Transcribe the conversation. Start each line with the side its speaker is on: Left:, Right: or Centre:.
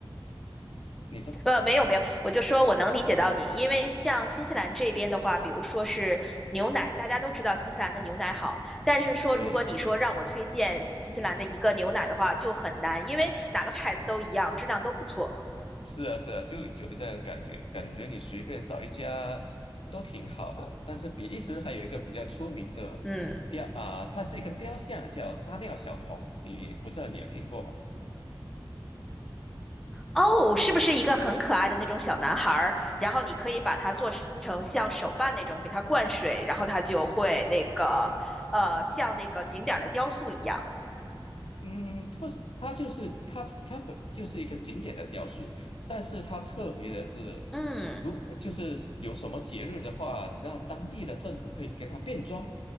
Left: 你说，
Centre: 呃，没有没有，我就说我能理解到你，因为像新西兰这边的话，比如说是牛奶，大家都知道新西兰的牛奶好，但是说如果你说让我推荐新西兰的一个牛奶的话，
Left: 对，
Centre: 就很难，因为哪个牌子都一样，质量都不错。
Left: 是啊，是啊，就有这样的感觉，感觉你随便找一家都挺好的。但是比利时还有一个比较出名的雕啊、
Centre: 嗯，
Left: 它是一个雕像，叫撒尿小童，你我不知道你有听过吗？
Centre: 哦，是不是一个很可爱的那种小男孩儿？然后你可以把它做成像手办那种，给它灌水，然后它就会那个，呃，像那个景点儿的雕塑一样。
Left: 嗯，不是，它就是它它本就是一个景点的雕塑，但是它特别的是，
Centre: 嗯，
Left: 如果就是有什么节日的话，那当地的政府会给它变装，